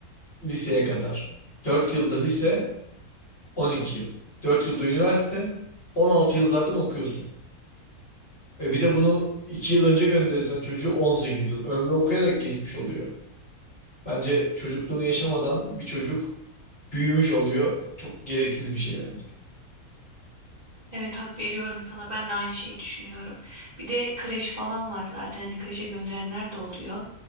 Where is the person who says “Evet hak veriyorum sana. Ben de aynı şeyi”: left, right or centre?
Right